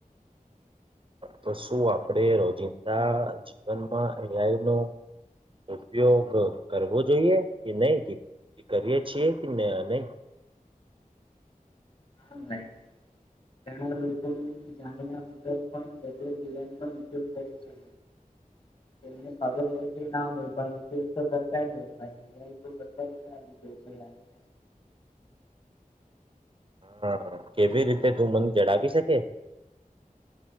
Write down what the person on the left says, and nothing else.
હ નહી. ઘણા લોકોની જાણ્યા વગર પણ, ગગલે જીવનમાં ઈચ્છુક કરે છે. એમને ખબર હોય કે ના હોય, પણ વિશેષ તો સરતા જ હોય, ભાઈ. અં તો બધા જ આવી જાય છે.